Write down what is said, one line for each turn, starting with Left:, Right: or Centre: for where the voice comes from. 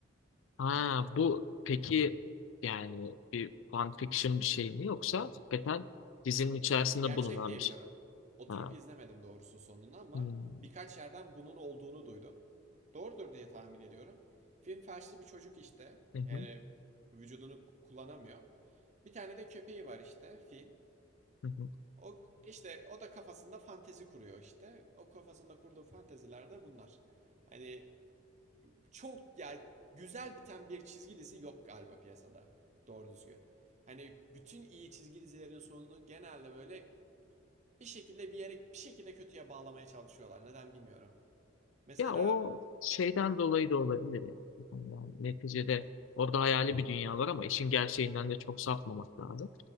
Left: ha
Right: Yani
Left: bu peki yani bir fan fiction bir şey mi yoksa hakikaten dizinin
Right: Ya-
Left: içerisinde
Right: Gerçek
Left: bulunan
Right: diye
Left: bir
Right: biliyorum.
Left: şey?
Right: Oturup
Left: Ha.
Right: izlemedim doğrusu sonunu ama
Left: Hmm,
Right: birkaç yerden bunun olduğunu duydum. Doğrudur diye tahmin ediyorum. Film felçli bir çocuk işte.
Left: hı hı,
Right: Yani vücudunu k- kullanamıyor. Bir tane de köpeği var işte Finn.
Left: hı hı.
Right: O işte o da kafasında fantezi kuruyor işte. O kafasında kurduğu fanteziler de bunlar. Hani çok ya güzel biten bir çizgi dizi yok galiba piyasada. Doğru düzgün. Hani bütün iyi çizgi dizilerin sonu genelde böyle bir şekilde bir yere bir şekilde kötüye bağlamaya çalışıyorlar. Neden bilmiyorum. Mesela
Left: Ya o şeyden dolayı da olabilir ya. Yani neticede orada hayali bir dünya var ama işin gerçeğinden de çok sapmamak lazım.